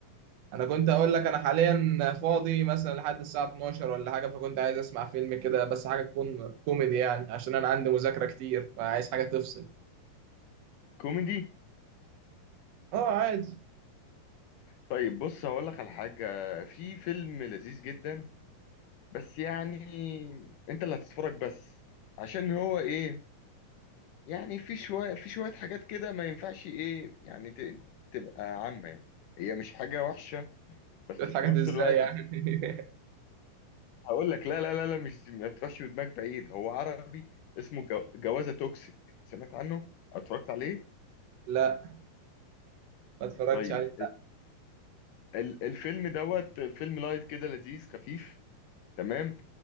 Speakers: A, on the right (about 70°); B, on the left (about 75°).
A: انا كنت اقول لك انا حاليا فاضي مثلا لحد الساعة 12 ولا حاجة فكنت عايز اسمع فيلم كده بس حاجة تكون كوميدي يعني عشان انا عندي مذاكرة كتير فعايز حاجة تفصل
B: كوميدي
A: اه عادي
B: طيب بص هقول لك على حاجة في فيلم لذيذ جدا بس يعني انت اللي هتتفرج بس عشان هو ايه يعني في شوية في شوية حاجات كده ما ينفعش ايه يعني ت- تبقى عامة يعني. هي مش حاجة وحشة بس
A: شوية
B: في
A: حاجات
B: نفس
A: ازاي
B: الوقت
A: يعني <laughs>
B: هقول لك لا لا لا لا مش ما تروحش بدماغك بعيد هو عربي اسمه جو- جوازة توكسيك سمعت عنه اتفرجت عليه
A: لا ما اتفرجتش
B: طيب
A: عليه
B: ال- الفيلم دوت فيلم لايت كده لذيذ خفيف تمام